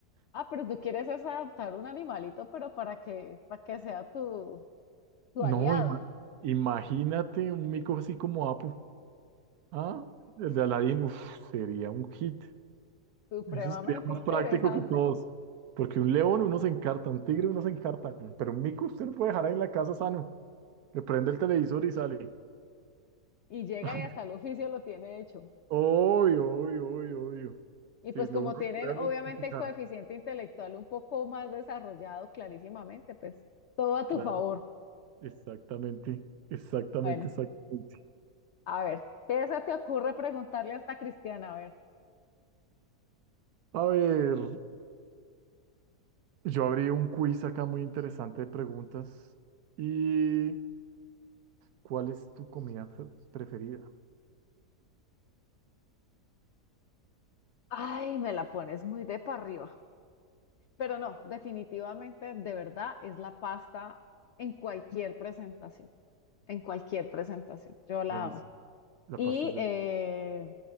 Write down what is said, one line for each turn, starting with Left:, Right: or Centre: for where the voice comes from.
Left: Ah, pero tú quieres es adoptar un animalito, pero para que, para que sea tu, tu
Right: No,
Left: aliado.
Right: ima- imagínate un mico así como Apu. ¿Ah? El de Aladdin, uf, sería un hit.
Left: Supremamente
Right: Eso sería más
Left: interesante.
Right: práctico que todos. Porque un león uno se encarta, un tigre uno se encarta, weón, pero un mico usted lo puede dejar ahí en la casa sano. Le prende el televisor y sale.
Left: y llega
Right: <laughs>
Left: y hasta el oficio lo tiene hecho.
Right: Obvio, obvio, obvio, obvio.
Left: Y pues
Right: Sí, lo
Left: como
Right: uno
Left: tienen
Right: lo puede
Left: obviamente
Right: domesticar.
Left: el coeficiente intelectual un poco más desarrollado clarísimamente, pues todo a tu
Right: Claro,
Left: favor.
Right: exactamente, exactamente,
Left: Bueno,
Right: exactamente.
Left: a ver, ¿qué se te ocurre preguntarle a esta Cristiana? A ver.
Right: A ver, yo abrí un quiz acá muy interesante de preguntas. ¿Y cuál es tu comida fe- preferida?
Left: Ay, me la pones muy de para arriba. Pero no, definitivamente, de verdad, es la pasta en cualquier presentación, en cualquier presentación. Yo la
Right: Buenísimo.
Left: amo.
Right: La
Left: Y
Right: pasta es del...
Left: eh,